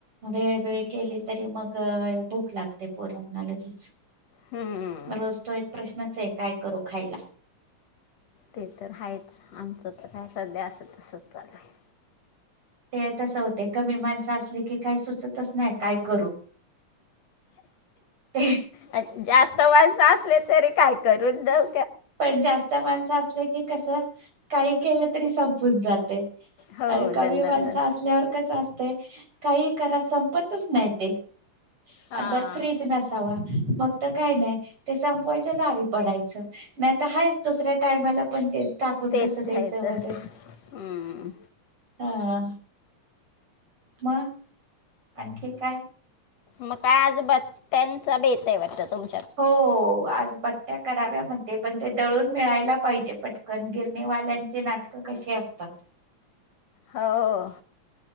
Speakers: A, on the right; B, on the left.
A: भेळ भेळ केली तरी मग भूक लागते पोरांना लगेच
B: हम्म.
A: रोज तो प्रश्नच आहे काय करू खायला.
B: ते तर आहेच आमचं तर काय सध्या असं तसं चाल आहे.
A: ते तस होते कमी माणसं असली की काही सुचतच नाही काय करू ते.
B: आणि जास्त माणसं असले तरी काय करून जाऊ
A: पण जास्त माणसं असलं की कस काही केलं तरी स जाते
B: हो
A: आणि कमी
B: दन
A: माणस
B: दन दन
A: असल्यावर असत काही करा संपतच नाही ते.
B: हां
A: अ त्यात फ्र्रीज नसावा मग तर काय नाही ते संपवायच झाली पडायचं. नाही तर हाच दुसऱ्या टायमाला पण तेच टाकून
B: तेच
A: कसं द्यायचं
B: खायचं
A: बॉर्डर
B: हम्म.
A: हा. म. आणखी काय?
B: म का आज बट्ट्यांचा बेत आहे वाटत तुम
A: हो आज बट त्या कराव्या म्हणते पण ते दळून मिळायला पाहिजे पटकन गिरणीवाल्यांचे नाटकं कशे असतात.
B: हो